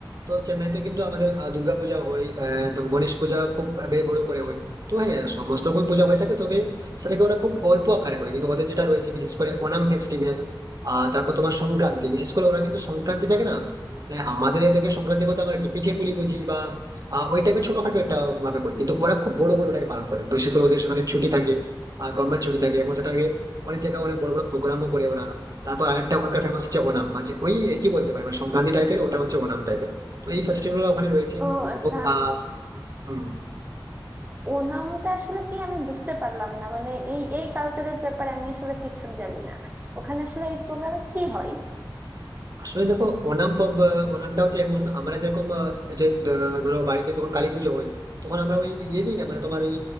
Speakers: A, on the right; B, on the right.
A: তো চেন্নাইতে কিন্তু আমাদের আহ, দুর্গাপূজা হয় আহ, তো গণেশ পূজা খুব ভাবে বড় করে হয় তো হ্যাঁ সমস্ত রকম পূজা হয়ে থাকে তবে সেটাকে ওরা খুব অল্প আকারে করে কিন্তু ওদের যেটা রয়েছে বিশেষ করে ওনাম ফেস্টিভ্যাল আহ তারপর তোমার সংক্রান্তি বিশেষ করে ওরা কিন্তু সংক্রান্তিটাকে না মানে আমাদের এদিকে সংক্রান্তি বলতে আমরা কি পিঠে পুলি বুঝি বা আহ, ওই টাইপের ছোটখাটো একটা ভাবে করি কিন্তু ওরা খুব বড় বড় ওটাকে পালন করে বিশেষ করে ওদের সেখানে ছুটি থাকে গভর্নমেন্ট ছুটি থাকে এবং সেটাকে অনেক জায়গায় অনেক বড় বড় প্রোগ্রামও করে ওরা তারপর আরেকটা ওখানকার ফেমাস হচ্ছে ওনাম মানে ওই কি বলতে পারে মানে সংক্রান্তি টাইপের ওটা হচ্ছে ওনাম টাইপের তো এই ফেস্টিভ্যাল ওখানে রয়েছে
B: ও আচ্ছা
A: এবং আহ হম
B: ওনামটা আসলে কি আমি বুঝতে পারলাম না মানে এই এই কালচারের ব্যাপারে আমি আসলে কিছুই জানি না ওখানে আসলে এই প্রোগ্রামে কি হয়
A: আসলে দেখো ওনাম পর্ব ওনামটা হচ্ছে এমন আমরা যেরকম আহ, যে দ- ধরো বাড়িতে যখন কালী পুজো হয় তখন আমরা ওই ইয়ে দিই না মানে তোমার ওই